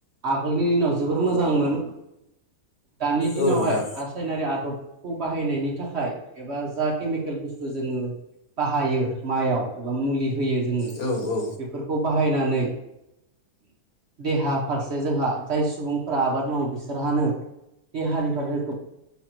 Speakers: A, on the right; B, on the left.
A: आगोलनि दिनाव जोबोर मोजांमोन दानि दिनावहाय
B: औ नोंथां
A: रासायनारि आदबखौ बाहायनायनि थाखाय एबा जा केमिकेल बुस्थु जोङो बाहायो माइयाव एबा मुलि होयो जोङो
B: औ औ
A: बे फोरखौ बाहायनानै देहा फारसे जोंहा जाय सुबुंफोरा आबाद औ बिसोरहानो देहानि फारसे